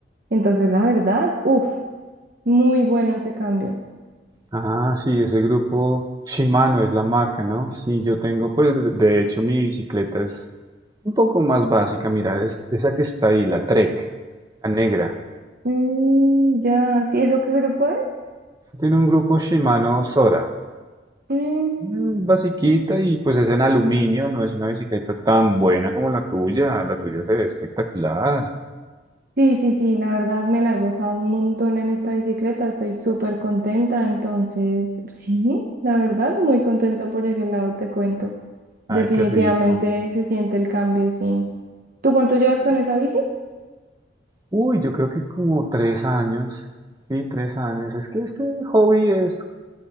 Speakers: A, on the right; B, on the right.
A: entonces la verdad, uff, muy bueno ese cambio.
B: Ah, sí, ese grupo Shimano es la marca, ¿no? Sí, yo tengo, pues de de hecho mi bicicleta es un poco más básica, mira, es, esa que está ahí, la Trek, la negra.
A: Mm, ya, ¿sí eso qué grupo es?
B: Tiene un grupo Shimano Sora,
A: Mm,
B: mm, basiquita y pues es en aluminio, no es una bicicleta tan buena como la tuya, la tuya se ve espectacular.
A: Sí, sí, sí, la verdad me la he gozado un montón en esta bicicleta, estoy súper contenta, entonces sí, la verdad muy contenta por ese lado, te cuento. Definitivamente
B: Ay, qué rico.
A: se siente el cambio, sí. ¿Tú cuánto llevas con esa bici?
B: Uy, yo creo que como tres años, sí, tres años. Es que este hobby es